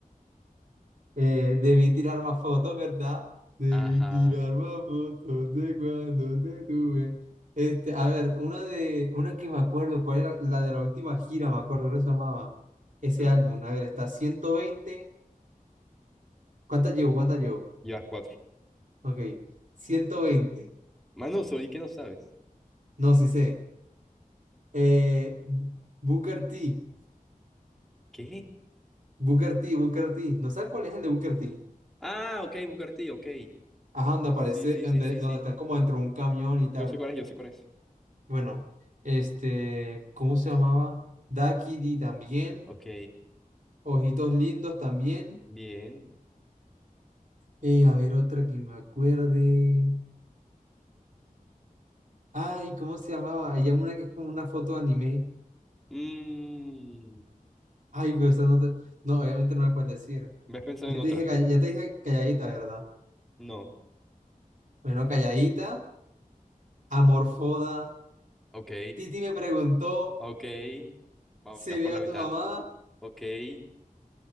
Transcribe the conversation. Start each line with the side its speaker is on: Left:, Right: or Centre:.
Right: Eh, debí tirar más fotos, ¿verdad? Debí
Centre: Ajá.
Right: tirar más fotos de cuando te tuve. Este, a ver, una de, una que me acuerdo, ¿cuál era? La de la última gira, me acuerdo, ¿cómo se llamaba? Ese
Centre: ¿Mm?
Right: álbum. A ver, está ciento veinte ¿Cuántas llevo? ¿Cuántas llevo?
Centre: Llevas cuatro.
Right: Ok. ciento veinte
Centre: Mano, ¿sobre qué no sabes?
Right: No, sí sé. Eh, Booker T.
Centre: ¿Qué?
Right: Booker T, Booker T. No sé cuál es el de Booker T.
Centre: Ah, ok, Bucarty, ok.
Right: Ajá, donde aparece,
Centre: Sí, sí,
Right: donde,
Centre: sí, sí,
Right: donde
Centre: sí.
Right: están como dentro de un camión y tal.
Centre: Yo sé cuál es, yo sé cuál es.
Right: Bueno, este, ¿cómo se llamaba? Daquiri también,
Centre: Ok,
Right: Ojitos Lindos también.
Centre: bien.
Right: Y a ver otra que me acuerde. Ay, ¿cómo se llamaba? Hay una que es como una foto de anime.
Centre: Mmm.
Right: Ay, pero eso no te- No, obviamente no me puedes decir.
Centre: ¿Ves pensando
Right: Ya
Centre: en otra?
Right: te dije, call- ya te dije calladita, ¿verdad?
Centre: No.
Right: Bueno, calladita, amorfoda.
Centre: Ok,
Right: Titi me preguntó,
Centre: ok. Vamos,
Right: ¿se
Centre: que vas
Right: vio
Centre: por la
Right: a
Centre: mitad.
Right: tu mamá?
Centre: Ok. Eh,